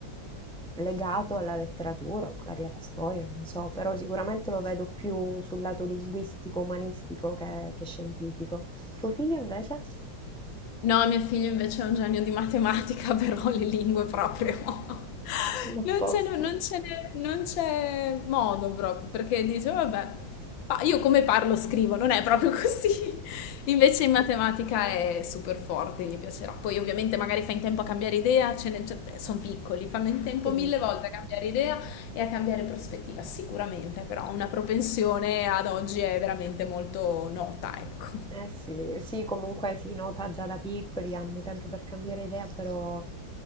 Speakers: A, in the centre; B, on the left (about 85°).
A: legato alla letteratura, o magari alla storia, non so, però sicuramente lo vedo più sul lato linguistico, umanistico che, che scientifico. Tuo figlio invece?
B: No, mio figlio invece è un genio di matematica, <laughs> però le lingue proprio. <laughs>
A: L'opposto.
B: Non ce n'è non ce n'è- non c'è modo proprio, perché dice, vabbè, pa- io come parlo scrivo, non è proprio <laughs> così. Invece in matematica è super forte, gli piacerà. Poi ovviamente magari fa in tempo a cambiare idea, sono piccoli, fanno in tempo
A: Sì, sì.
B: mille volte a cambiare idea e a cambiare prospettiva, sicuramente, però una propensione ad oggi è veramente molto nota, ecco.
A: Eh sì, sì, comunque si nota già da piccoli, hanno tempo per cambiare idea, però